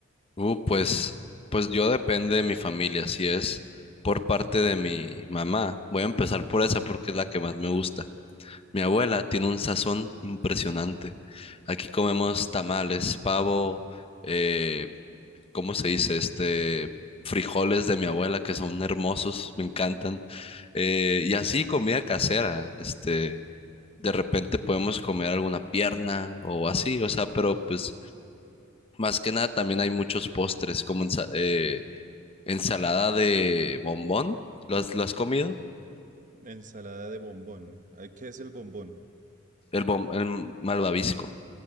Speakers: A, on the left; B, on the right.
A: Uh, pues, pues yo depende de mi familia. Si es por parte de mi mamá, voy a empezar por esa porque es la que más me gusta. Mi abuela tiene un sazón impresionante. Aquí comemos tamales, pavo, eh, ¿cómo se dice? Este, frijoles de mi abuela que son hermosos, me encantan. Eh, y así comida casera, este, de repente podemos comer alguna pierna o así, o sea, pero pues Más que nada, también hay muchos postres, como ensa- eh, ensalada de bombón. ¿Lo has, lo has comido?
B: Ensalada de bombón. Ay, ¿Qué es el bombón?
A: El, bom- el malvavisco.